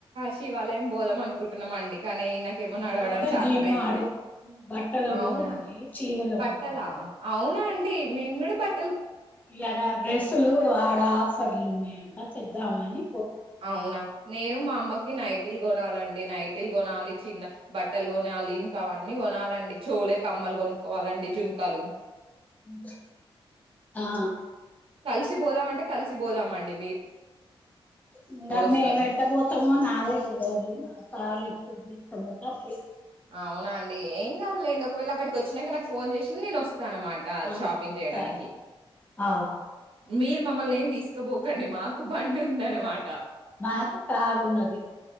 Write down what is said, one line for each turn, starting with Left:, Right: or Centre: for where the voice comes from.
Right: శివాలయం పోదాం అనుకుంటున్నాం అండి కానీ నాకేమో నడవడం
Left: పోతే
Right: చతన
Left: జీమ్మాడు
Right: అయితలేదు
Left: బట్టలు పోవాలి
Right: అవునా
Left: చీరలు
Right: బట్టలా
Left: పోతున్నా
Right: అవునా అండి మేము కూడా బట్
Left: ఇయ్యాల డ్రెస్సులు ఆడ ఆఫర్లు ఉన్నాయంట చేద్దామని
Right: అవునా నేను మా అమ్మకి నైటిలు కొనాలండి నైటిలు కొనాలి చిన్న బట్టలు కొనాలి ఇంకా అవన్నీ కొనాలండి చెవుల కమ్మలు కొనుక్కోవాలండి జుంకాలు
Left: మ్మ్ హా
Right: కలిసి పోదాం అంటే కలిసి పోదామండి
Left: ఇంకా
Right: ఒస్తారు.
Left: మేం ఏట్టపొతామో నాకే తెలువది మా సారు ఎప్పుడు తీసుకుపోతే అప్పుడే
Right: అవునా అండి ఏం కాదులేండి ఒకవేళ అక్కడికి వచ్చినంకా నాకు ఫోన్ చేసిన నేను వస్తాను అనమాట
Left: అన్నాను
Right: షాపింగ్ చేయడానికి
Left: సరే ఆ
Right: మీరు మమ్మల్ని ఏం తీసుకపోకండి మాకు బండి ఉంది అనమాట
Left: మాకు కారు ఉన్నది